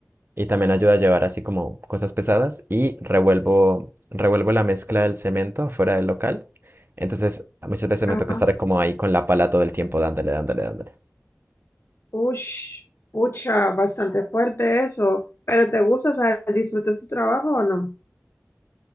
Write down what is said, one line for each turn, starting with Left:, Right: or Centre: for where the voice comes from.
Right: y también ayuda a llevar así como cosas pesadas y revuelvo, revuelvo la mezcla del cemento afuera del local. Entonces muchas veces
Left: Ajá.
Right: me toca estar como ahí con la pala todo el tiempo dándole, dándole, dándole.
Left: Ush, pucha, bastante fuerte eso. ¿Pero te gusta, o sea, disfrutas tu trabajo o no?